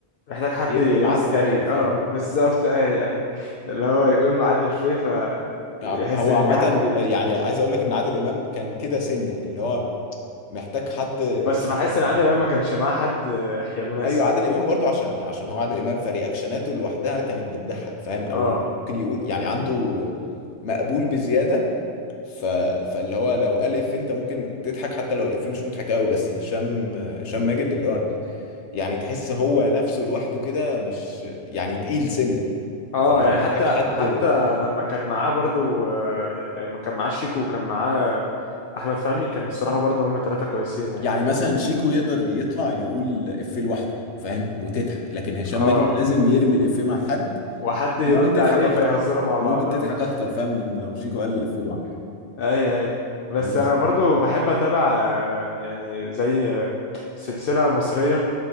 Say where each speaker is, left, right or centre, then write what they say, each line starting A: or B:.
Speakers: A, on the left (about 60°); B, on the left (about 80°).
A: محتاج حد
B: يرمي
A: يهص
B: معاه الافيه
A: يعني
B: فاهم
A: اه بالظبط اه يعني اللي هو يقول معاه الإفيه
B: يعني
A: فيحس
B: هو
A: إن
B: عامه
A: في حد بي...
B: يعني عايز اقول لك ان عادل امام كان كده سنه اللي هو محتاج حد
A: بس بحس إن عادل
B: يرمي
A: إمام ما كانش معاه حد آه، مناسب
B: ايوه عادل امام برضو عشان يعني عشان هو عادل امام فرياكشناته لوحدها كانت بتضحك فاهم او
A: اه
B: ممكن يقول يعني عنده مقبول بزياده ف... فاللي هو لو الف انت ممكن تضحك حتى لو الافيه مش مضحك قوي بس هشام هشام ماجد اللي هو يعني تحس هو نفسه لوحده كده مش يعني تقيل سنة
A: اه
B: فاللي
A: يعني
B: هو محتاج
A: حتى
B: حد
A: حتى لما كان معاه برضو آه، ما كان معاه شيكو وكان معاه أحمد فهمي كانوا الصراحة برضو هما ثلاثة كويسين يعني
B: يعني مثلا شيكو يقدر يطلع يقول إفيه لوحده فاهم وتضحك لكن هشام
A: اه
B: ماجد لازم يرمي الإفيه مع حد
A: وحد يرد
B: وممكن تضحك
A: عليه
B: أكتر
A: فيهزروا مع
B: وممكن
A: بعض اه
B: تضحك أكتر فاهم من لو شيكو قال الإفيه لوحده
A: <laughs> اي اي بس
B: بس
A: انا برضو بحب اتابع آه، يعني زي آه، سلسلة مصرية